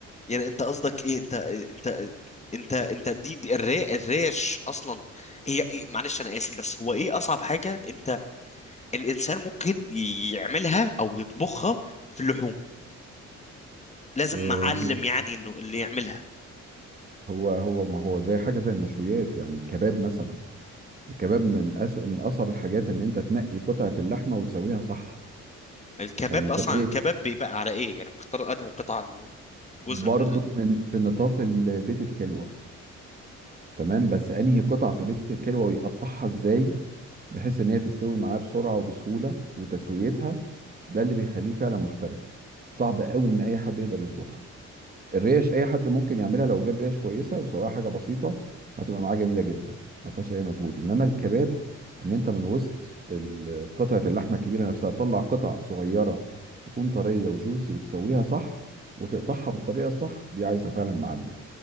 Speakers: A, on the left (about 20°); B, on the right (about 30°).
A: يعني انت قصدك ايه انت انت انت انت دي, دي الري الريش اصلا هي ايه معلش انا اسف بس هو ايه اصعب حاجه انت الانسان ممكن يعملها او يطبخها في اللحوم لازم
B: إيه،
A: معلم يعني انه اللي يعملها
B: هو هو ما هو زي حاجه زي المشويات يعني الكباب مثلا الكباب من أس... من اصعب الحاجات ان انت تنقي قطعه اللحمه وتسويها صح
A: الكباب
B: يعني تنقيه
A: اصلا الكباب بيبقى على ايه يعني بتختار انه قطعه من جزء
B: برضه
A: من ال...
B: من في نطاق ال- بيت الكلوه تمام بس انهي قطع في بيت الكلوة ويقطعها ازاي بحيث ان هي تستوي معاه بسرعة وبسهولة وتسويتها ده اللي بيخليه فعلا محترف صعب قوي ان اي حد يقدر يظبطها الريش اي حد ممكن يعملها لو جاب ريش كويسة وسواها حاجة بسيطة هتبقى معاه جميلة جدا ما فيهاش اي مجهود انما الكباب ان انت من وسط ال- قطعة اللحمة الكبيرة نفسها تطلع قطع صغيرة تكون طرية وجوسي وتسويها صح وتقطعها بالطريقة الصح دي عايزة فعلا معلم